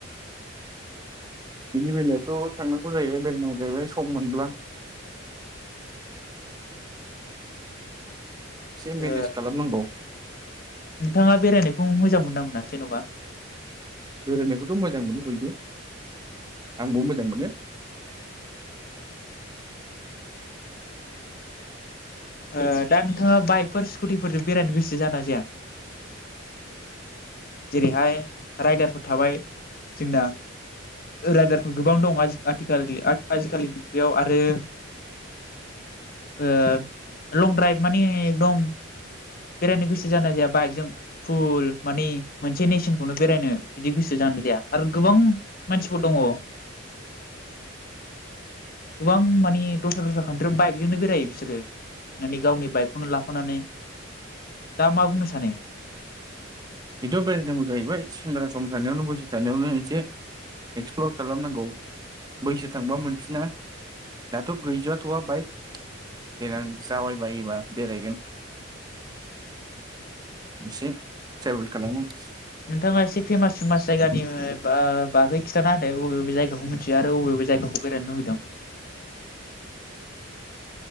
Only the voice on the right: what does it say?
बिनि बेलायावथ' थांनांगौ जाहैबाय बेरायनांगौ जाहैबाय सम मोनब्ला। से मेनेज
खालामनांगौ।
बेरायनायखौथ' मोजां मोनो बयबो आंबो मोजां मोनो।
बेथ' बेरायनांगौ जाहैबाय सेंग्रा सम थानायावनो बैसो थानायावनो एसे एक्सप्लर खालामनांगौ बैसो थांबा मोनफिना दाथ' गैजाथ'वा बाइक देनां जाबायबायोबा बेरायगोन एसे ट्रेबेल खालामगोन